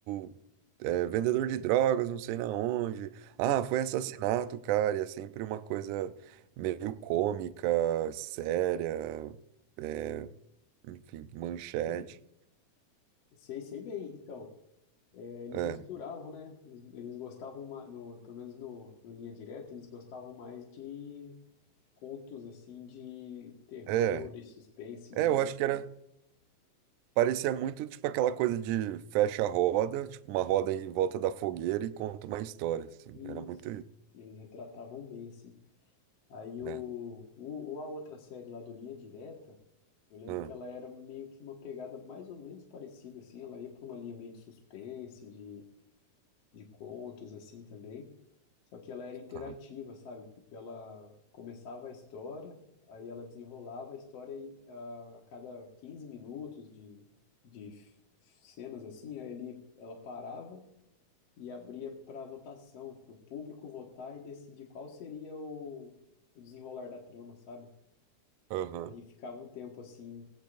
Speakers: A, on the right (about 85°); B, on the left (about 50°).
A: o, é, vendedor de drogas, não sei na onde, ah,
B: e,
A: foi assassinato, cara, e é sempre uma coisa meio cômica, séria, é, enfim, manchete.
B: sim, sei, sei bem. Então, é, eles
A: É,
B: misturavam, né? Eles, eles gostavam, ma- no, pelo menos no, no Linha Direta, eles gostavam mais de contos, assim, de terror
A: é,
B: e suspense.
A: é,
B: me-
A: eu acho que era, parecia muito tipo aquela coisa de fecha a roda, tipo uma roda em volta da fogueira e conta uma história, assim,
B: Isso.
A: era muito isso,
B: E eles retratavam bem, assim. Aí
A: né?
B: o, o, o- a outra série lá do Linha Direta, eu lembro
A: Ah,
B: que ela era meio que uma pegada mais ou menos parecida, assim. Ela ia para uma linha meio de suspense, de de contos assim também. Só que ela era interativa,
A: tá,
B: sabe? Porque ela começava a história, aí ela desenrolava a história e ah, a cada 15 minutos de, de f- cenas assim, aí ele, ela parava e abria para votação, para o público votar e decidir qual seria o, o desenrolar da trama, sabe?
A: aham.
B: Aí ficava um tempo assim,